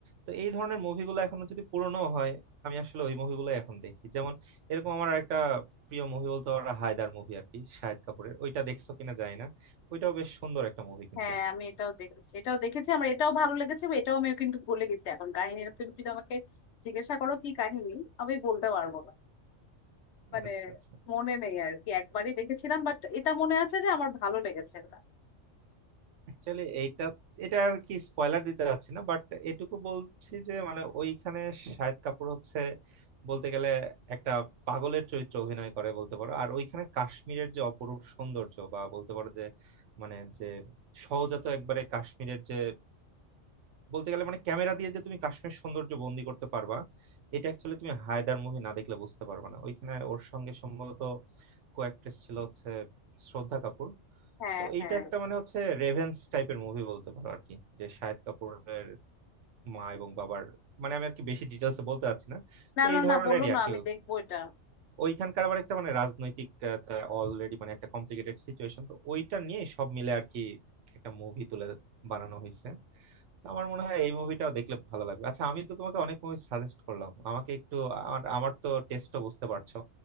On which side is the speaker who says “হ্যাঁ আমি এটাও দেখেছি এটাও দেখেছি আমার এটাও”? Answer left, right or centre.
Left